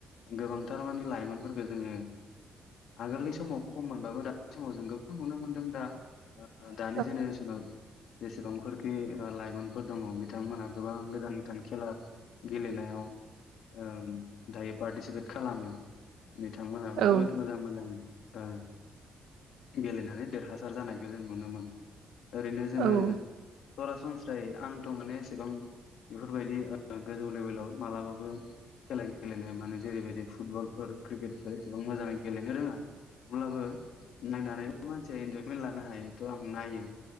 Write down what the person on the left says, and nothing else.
गोबांथारमानि लाइमोनफोरखौ जोङो आगोलनि समाव खम मोनबाबो दानि समाव जों नुनो मोनदों दा दानि
जेनेरेसनाव जेसेबांफोरखि लाइमोनफोर दङ बिथांमोनहा गोबां गोदान गोदान खेला गेलेनायाव ओ दायो पार्टिसिपेट खालामो बिथांमोनहाबो
जोबोद मोजां मोजाङै ओ गेलेनानै देरहासार जानायखौ जों नुनो मोनो ओरै जोङो
सरासनस्रायै आंथ' माने एसेबां बेफोरबायदि ओ गोजौ लेभेलाव मालाबाबो खेला गेलेनाय माने जेरैबायदि फुटबलफोर क्रिकेटफोर एसेबां मोजाङै गेलेनो रोङा अब्लाबो नायनानैनो मानसिया इन्जयमेन्ट लानो हायो थ' आं नायो